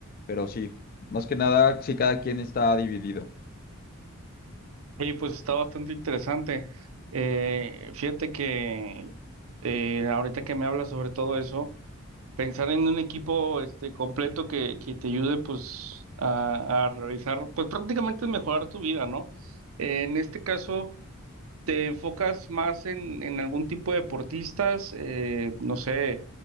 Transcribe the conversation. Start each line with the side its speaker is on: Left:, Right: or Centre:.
Left: Pero sí, más que nada, si cada quien está dividido.
Right: Oye, pues está bastante interesante. Eh, fíjate que eh, ahorita que me hablas sobre todo eso, pensar en un equipo este completo que, que te ayude pues a, a realizar, pues prácticamente mejorar tu vida, ¿no? En este caso ¿Te enfocas más en, en algún tipo de deportistas? Eh, no sé,